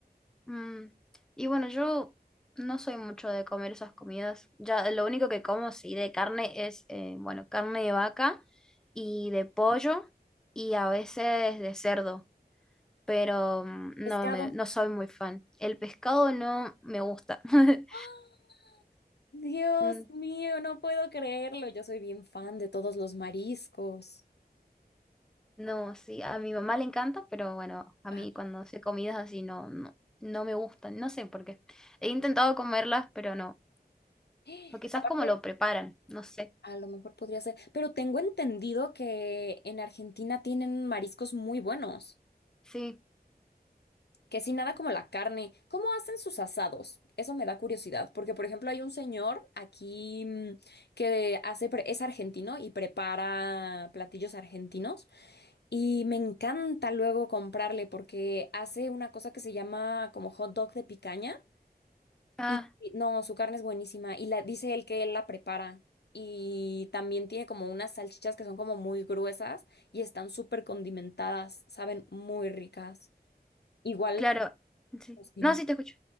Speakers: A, in the centre; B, on the left.
A: Mm, Y bueno, yo no soy mucho de comer esas comidas. Ya lo único que como sí de carne es, eh, bueno, carne de vaca y de pollo y a veces de cerdo, pero mm, no
B: Pescado.
A: me, no soy muy fan. El pescado no me gusta. <laughs>
B: <gasps> ¡Ah! Dios
A: Mm,
B: mío, no puedo creerlo. Yo soy bien fan de todos los mariscos.
A: No, sí, a mi mamá le encanta, pero bueno, a
B: Ah,
A: mí cuando hace comidas así no, no, no me gustan, no sé por qué. He intentado comerlas, pero no.
B: <gasps>
A: O quizás
B: Aparte,
A: como lo preparan, no sé.
B: a lo mejor podría ser, pero tengo entendido que en Argentina tienen mariscos muy buenos.
A: Sí.
B: Que si nada como la carne, ¿cómo hacen sus asados? Eso me da curiosidad, porque por ejemplo hay un señor aquí mm, que hace, pre- es argentino y prepara platillos argentinos y me encanta luego comprarle porque hace una cosa que se llama como hot dog de picaña
A: Ah,
B: y y no, su carne es buenísima y la dice él que él la prepara y también tiene como unas salchichas que son como muy gruesas y están súper condimentadas, saben muy ricas. Igual,
A: Claro, sí.
B: pues, dime.
A: No, sí, te escucho,